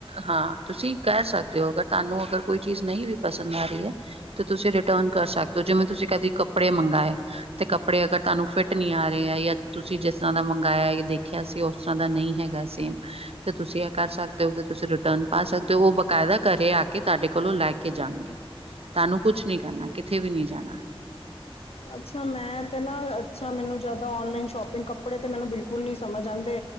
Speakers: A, on the right; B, on the left.
A: ਹਾਂ ਤੁਸੀਂ ਕਹਿ ਸਕਦੇ ਹੋ ਅਗਰ ਤੁਹਾਨੂੰ ਅਗਰ ਕੋਈ ਚੀਜ਼ ਨਹੀਂ ਵੀ ਪਸੰਦ ਆ ਰਹੀ ਹੈ ਤੇ ਤੁਸੀਂ ਰਿਟਰਨ ਕਰ ਸਕਦੇ ਹੋ ਜਿਵੇਂ ਤੁਸੀਂ ਕਦੀ ਕੱਪੜੇ ਮੰਗਾਏ ਤੇ ਕੱਪੜੇ ਅਗਰ ਤੁਹਾਨੂੰ ਫਿਟ ਨਹੀਂ ਆ ਰਹੇ ਆ ਜਾਂ ਤੁਸੀਂ ਜਿਸ ਤਰ੍ਹਾਂ ਦਾ ਮੰਗਾਇਆ ਯਾ ਦੇਖਿਆ ਸੀ ਉਸ ਤਰ੍ਹਾਂ ਦਾ ਨਹੀਂ ਹੈ <unintelligible> ਸੇਮ ਤੇ ਤੁਸੀਂ ਇਹ ਕਰ ਸਕਦੇ ਹੋ ਕਿ ਤੁਸੀਂ ਰਿਟਰਨ ਪਾ ਸਕਦੇ ਹੋ ਉਹ ਬਕਾਇਦਾ ਘਰੇ ਆ ਕੇ ਤੁਹਾਡੇ ਕੋਲੋਂ ਲੈ ਕੇ ਜਾਣਗੇ। ਤਾਨੂੰ ਕੁਛ ਨੀ ਕਰਨਾ ਕਿਥੇ ਵੀ ਨੀ ਜਾਣਾ।
B: ਅੱਛਾ ਮੈਂ ਤੇ ਨਾ ਅੱਛਾ ਮੈਨੂੰ ਜਿਆਦਾ ਆਨਲਾਈਨ ਸ਼ੋਪਿੰਗ ਕੱਪੜੇ ਤੇ ਮੈਨੂੰ ਬਿਲਕੁਲ ਨੀ ਸਮਝ ਆਂਦੇ।